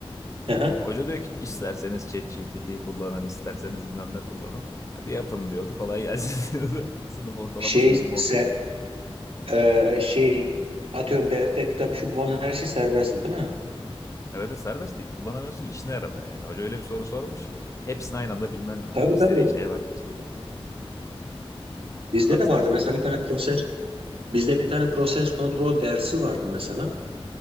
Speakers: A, on the right (about 65°); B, on the left (about 30°).
A: aha.
B: Hoca diyor ki isterseniz ChatGPT'yi kullanın, isterseniz bilmem ne kullanın. Hadi yapın diyordu. Kolay gelsin <laughs> diyordu. Sınıf ortalaması
A: Şey,
B: 20-30
A: se,
B: oluyordu.
A: e, şey, atıyorum defter, kitap, şu bu falan her şey serbestti değil mi?
B: Evet de serbest değil. Kullanamıyorsun ki işine yaramıyor yani. Hoca öyle bir soru sormuş ki. Hepsini aynı anda bilmen lazım.
A: Tabii
B: İstediğin
A: tabii.
B: şeye bak şeyden. Yok
A: Bizde
B: kanser
A: de vardı
B: sorular
A: mesela
B: oluyordu.
A: bir tane proses, bizde bir tane proses kontrol dersi vardı mesela.